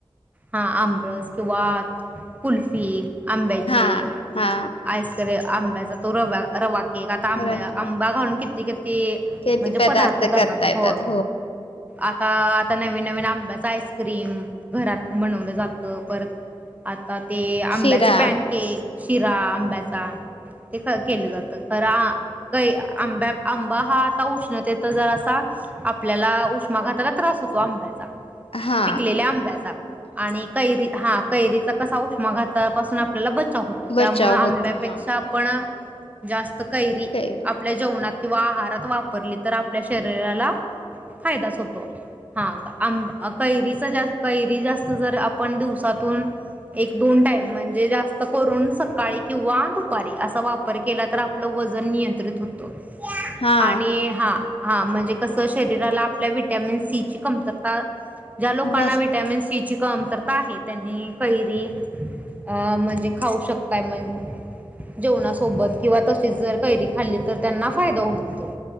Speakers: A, on the right (about 15°); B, on the left (about 70°).
A: हा आमरस किंवा कुल्फी, आंब्याची,
B: हा हा
A: आईसकर आंब्या तो रव्या रवा एक आता
B: खरं
A: आंब्या आंबा घालून किती किती
B: किती
A: म्हणजे पदार्थ करतात.
B: करता येतात
A: हो. आता आता नवीन नवीन आंब्याच आईस्क्रीम घरात बनवलं जातं. परत आत आता ते अंब्याचे
B: शिरा
A: पॅनकेक, शिरा आंब्याचा ते क केले जातं. त खरा काही आंब्यात आंबा हा आता उष्णतेेत जरासा आपल्याला उष्मा घाताचा त्रास होतो आंब्याचा.
B: हा
A: पिकलेल्या आंब्याचा आणि कैरी हा, कैरी तर कसा उष्मघातापासून आप <unintelligible> चाव होतो.
B: बचाव
A: त्यामुळे आंब्यापेक्षा
B: होतो हा
A: आपण जास्त त कैरी
B: काही
A: आपल्या जेवणात किंवा आहारात वापरली तर, आपल्या शरीराला फायदाच होतो. हा आंब कैरी कैरी जास्त जर आपण दिवसातून एक दोन टाइम म्हणजे जास्त करून सकाळी किंवा दुपारी. असा वापर केला तर, आपलं वजन नियंत्रित होतो.
B: हा
A: आणि हा हा म्हणजे कसं शरीराला आपल्या वि्हटॅमिन सी ची कमतरता ता ज्या लोकांना
B: बस
A: विटामिन सी ची कमतरता आहे, त्यांनी कैरी, अ म्हणजे खाऊ शकताय. म्हण जेवणासोबत किंवा तशीच जर कैरी खाल्ली तर त्यांना फायदा होतो.